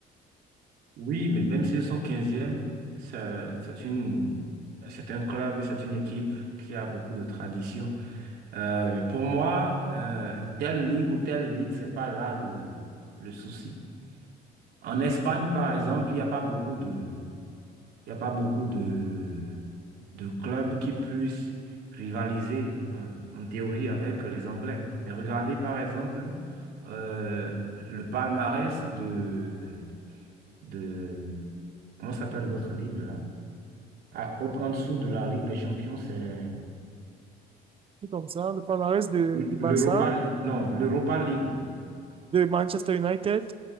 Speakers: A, on the right (about 70°); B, on the right (about 35°).
A: oui, mais même s'ils sont 15 ça- c'est une, c'est un club, c'est une équipe qui a beaucoup de tradition. Euh, pour moi, euh, telle ligue ou telle ligue, c'est pas là le, le souci. En Espagne, par exemple, il n'y a pas beaucoup de, il y a pas beaucoup de, de clubs qui puissent rivaliser hein, en, théorie avec les Anglais. Mais regardez, par exemple, euh, le palmarès de, de, comment s'appelle l'autre ligue là? Ah, au- en dessous de la Ligue des Champions, c'est
B: C'est comme ça, le palmarès de,
A: l'Europa,
B: de Barça,
A: non, l'Europa League.
B: de Manchester United